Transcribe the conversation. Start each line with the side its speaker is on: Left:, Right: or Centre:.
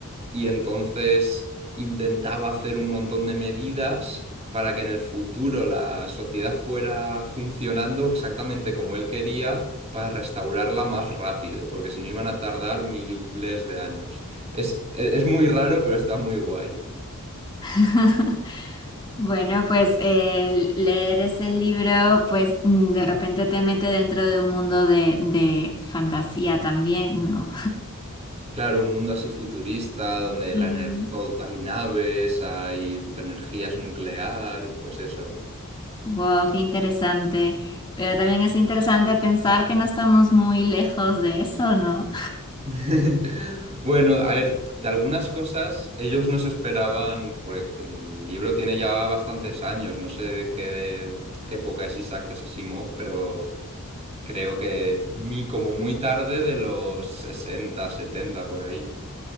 Right: y entonces intentaba hacer un montón de medidas para que en el futuro la sociedad fuera funcionando exactamente como él quería. para restaurarla más rápido, porque si no iban a tardar miles de años. Es, es es muy raro, pero está muy guay.
Left: <laughs> Bueno, pues el leer ese libro, pues mm, de repente te mete dentro de un mundo de, de fantasía también, ¿no?
Right: Claro, un mundo así futurista, donde
Left: Sí.
Right: la ener- todo- hay naves, hay la energía es nuclear, pues eso.
Left: Wow, qué interesante. Pero también es interesante pensar que no estamos muy lejos de eso, ¿no?
Right: <laughs> Bueno, a ver, de algunas cosas ellos no se esperaban, porque el libro tiene ya bastantes años, no sé de qué época es Isaac Asimov, pero creo que mi- como muy tarde de los 60, 70 por ahí.